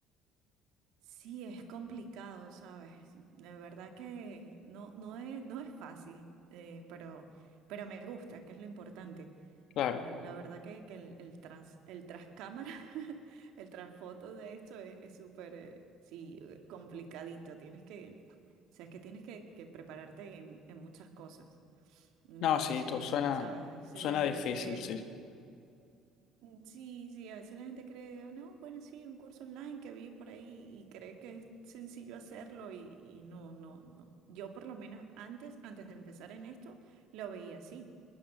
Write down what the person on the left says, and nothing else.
claro.
No, sí, tú, suena,
suena
difícil,
sí.